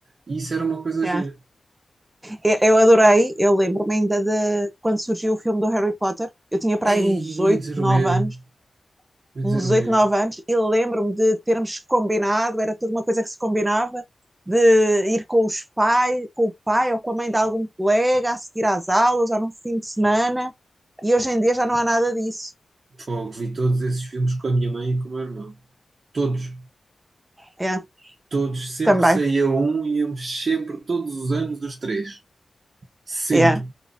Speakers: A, on the right; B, on the right.
A: E isso era uma coisa
B: é.
A: gira.
B: Eu, eu adorei, eu lembro-me ainda de quando surgiu o filme do Harry Potter. Eu tinha para
A: Ei,
B: aí uns
A: eu
B: 8,
A: ia dizer
B: 9
A: o mesmo.
B: anos
A: Vou dizer
B: uns
A: o mesmo.
B: oito nove anos, e lembro-me de termos combinado, era toda uma coisa que se combinava, de ir com os pais, com o pai ou com a mãe de algum colega a seguir às aulas ou num fim de semana, e hoje em dia já não há nada disso.
A: Fogo, vi todos esses filmes com a minha mãe e com o meu irmão. Todos.
B: É,
A: Todos. Sempre
B: também.
A: que saía um, íamos sempre, todos os anos, os três. Sempre.
B: É.